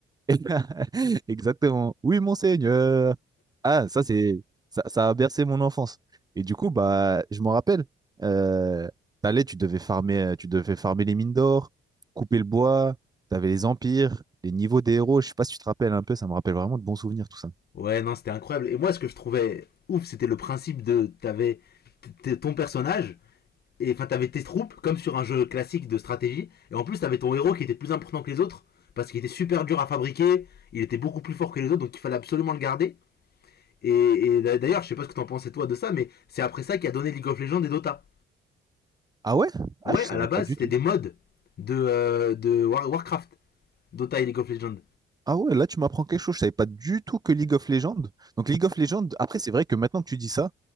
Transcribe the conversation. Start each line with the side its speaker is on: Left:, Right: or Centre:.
Right: <laughs> Exactement. Oui, monseigneur. Ah, ça, c'est, ça, ça a bercé mon enfance. Et du coup, bah, je m'en rappelle, euh, t'allais, tu devais farmer, euh, tu devais farmer les mines d'or, couper le bois, t'avais les empires, les niveaux des héros. Je sais pas si tu te rappelles un peu, ça me rappelle vraiment de bons souvenirs, tout ça.
Left: Ouais, non, c'était incroyable. Et moi, ce que je trouvais ouf, c'était le principe de t'avais t- ton personnage et enfin t'avais tes troupes comme sur un jeu classique de stratégie. Et en plus, t'avais ton héros qui était plus important que les autres parce qu'il était super dur à fabriquer. Il était beaucoup plus fort que les autres, donc il fallait absolument le garder. Et, et d'ailleurs, je sais pas ce que t'en pensais toi de ça, mais c'est après ça qui a donné League of Legends et Dota.
Right: Ah ouais? Ah,
Left: Ouais,
Right: je
Left: à
Right: savais
Left: la base,
Right: pas du
Left: c'était
Right: tout.
Left: des mods de euh, de War- Warcraft, Dota et League of Legends.
Right: Ah ouais, là tu m'apprends quelque chose, je savais pas du tout que League of Legends. Donc League of Legends, après c'est vrai que maintenant que tu dis ça,